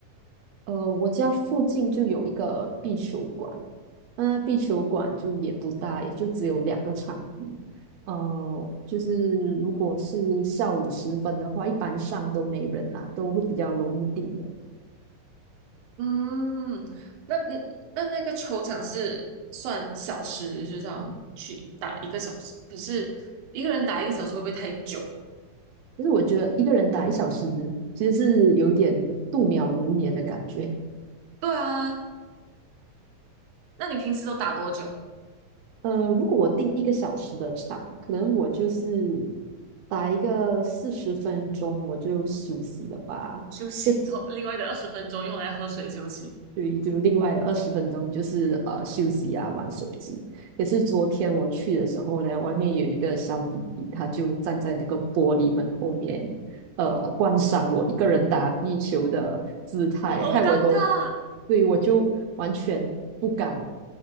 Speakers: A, on the right; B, on the right.
A: 呃，我家附近就有一个壁球馆，那壁球馆就也不大，也就只有两个场地。呃，就是如果是下午时分的话，一般上都没人啦，都会比较容易定的。
B: 嗯，那那那个球场是算小时，就这样去打一个小时。可是一个人打一个小时会不会太久？
A: 其实我觉得一个人打一小时，其实是有一点度秒如年的感觉。
B: 对啊，那你平时都打多久？
A: 呃，如果我定一个小时的场，可能我就是打一个四十分钟，我就休息了吧。
B: 休息，
A: 就
B: 然后另外的二十分钟用来喝水休息，
A: 对，就另外二十分钟就是呃休息啊，玩手机。也是昨天我去的时候呢，外面有一个小弟弟，他就站在那个玻璃门后面，呃，观赏我一个人打壁球的姿态，
B: 好尴尬，
A: 害我都，对，我就完全不敢